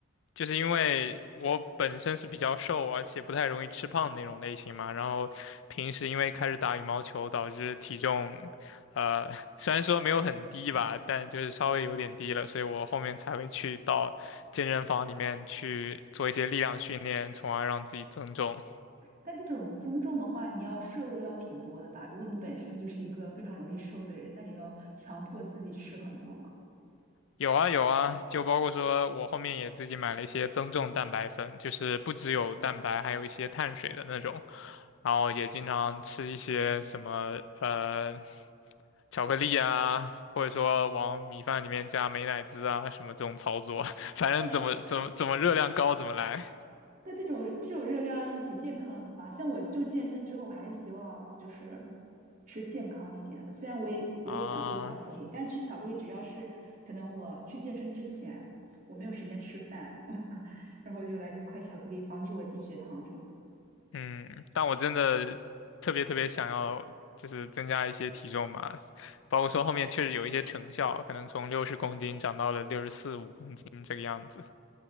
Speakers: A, on the left (about 60°); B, on the right (about 35°).
A: 就是因为我本身是比较瘦，而且不太容易吃胖的那种类型嘛，然后平时因为开始打羽毛球，导致体重，呃，<laughs> 虽然说没有很低吧，但就是稍微有点低了，所以我后面才会去到健身房里面去做一些力量训练，从而让自己增重。
B: 但这种增重的话，你要摄入要挺多的吧？如果你本身就是一个非常容易瘦的人，那你要强迫自己吃很多嘛。
A: 有啊有啊，就包括说我后面也自己买了一些增重蛋白粉，就是不只有蛋白，还有一些碳水的那种。然后也经常吃一些什么呃巧克力啊，或者说往米饭里面加美乃滋啊，什么这种操作，<laughs> 反正怎么怎么怎么热量高怎么来
B: 但是，但这种这种热量是不健康的吧？像我就健身之后，我还是希望就是吃健康一点的。虽然我也我也想吃巧克力，
A: 啊。
B: 但吃巧克力只要是可能我去健身之前我没有时间吃饭，<laughs> 我然后我就来块巧克力，防止我低血糖什么的。
A: 嗯，但我真的特别特别想要，就是增加一些体重吧，包括说后面确实有一些成效，可能从六十公斤长到了六十四五公斤这个样子。